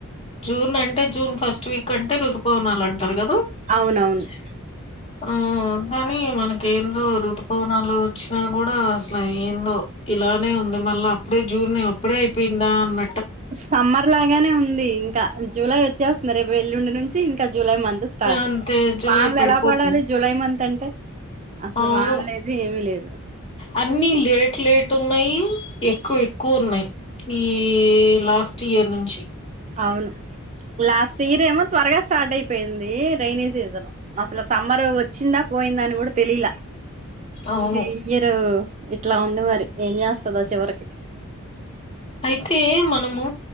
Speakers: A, on the left; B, on the right.
A: జూన్ అంటే జూన్ ఫస్ట్ వీక్ అంటే రుతుపవనాలు అంటారు కదు
B: అవునవును
A: అ ఆ కానీ మనకు ఏందో ఋతుపవనాలు వచ్చిన కూడా అసల ఏందో ఇలానే ఉంది మళ్ళ అప్పుడే జూన్ అప్పుడే అయిపోయిందా అన్న
B: సమ్మర్ లాగానే ఉంది ఇంక జూలై వచ్చేస్తుంది రేపు ఎల్లుండి ను వచ్చి ఇంక జూలై మంత్ స్టార్ట్
A: అంతే జూలై
B: వానలు
A: పడిపోతుంది
B: ఎలా పడాలి జూలై మంత్ అంటే అసలు
A: అవును
B: వాన్ లేదు ఏమి లేదు
A: అన్ని లేట్ లేట్ ఉన్నాయి ఎక్కువ ఎక్కువ ఉన్నాయి ఈ లాస్ట్ ఇయర్ నుంచి
B: అవును లాస్ట్ ఇయర్ ఏమో త్వరగా స్టార్ట్ అయిపోయింది రెైనీ సీజను అసలు ఆ సమ్మర్ వచ్చిందా పోయిందా అని కూడ తెలిలే
A: అవును
B: ఇంకా ఇయ్యరు ఇట్ల ఉంది మరి ఏం చేస్తదో చివరికి
A: అయితే మనము